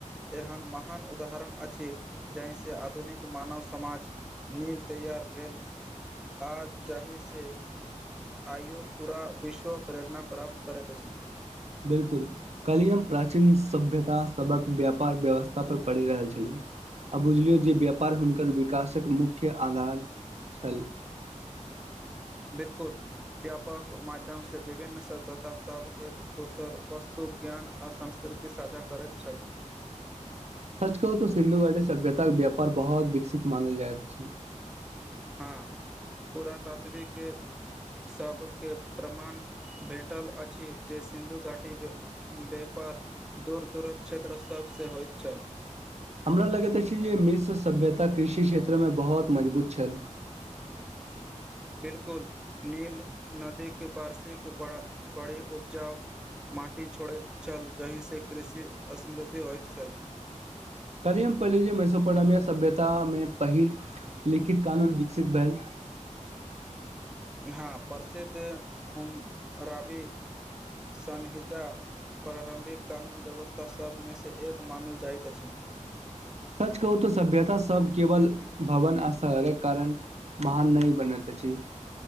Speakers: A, in the centre; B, on the right (about 55°).
A: एहन महान उदाहरण अछि छी जाहिसँ आधुनिक मानव समाज नीव तैयार भेल आ जा ही से आइयो पूरा विश्व प्रेरणा प्राप्त करैत अछि
B: बिलकुल कलियम प्राचीन सभ्यता सक व्यापार व्यवस्था पर पड़ रहल छल आ बुझलियो जे व्यापार हुनकर विकासक मुख्य आधार छल
A: बिलकुल व्यापक माध्यम से विभिन्न सभ्यता सभ एक दोसर वस्तु ज्ञान आ संस्कृति साझा करैत छल
B: सच कहू तऽ सिन्धु गी सभ्यताक के व्यापार बहुत विकसित मानल जाइत छी
A: हँ पुरातात्वविक सबके प्रमाण भेटल अछि जे सिन्धु घाटी व्यापार दूर दूरक क्षेत्र सभसँ होइत छल
B: हमरा लगैत अछि जे मिश्र सभ्यता कृषि क्षेत्र मे बहुत मजबूत छल
A: बिलकुल नील नदी के वार्षिकिक बड़ी उपजाउ माटि छोड़ैत छल जाहिसँ कृषि समृद्धि होइत छल
B: कल्हि हम पहिले छी मैसपरमेया सभ्यतामे पहिल लिखित कानून विकसित भेल
A: हाँ परसे दे हम रबी सन्हिता प्रारम्भिक कानून व्यवस्था सभ मे से एक मानल जाइत अछि
B: सच कहू तऽ सभ्यता सब केवल भवन असहरक कारण महान नहि बनैते अछि